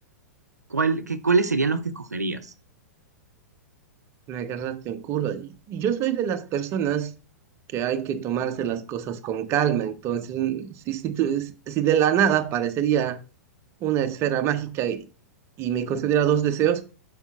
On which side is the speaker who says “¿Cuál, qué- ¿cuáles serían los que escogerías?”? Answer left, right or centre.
Right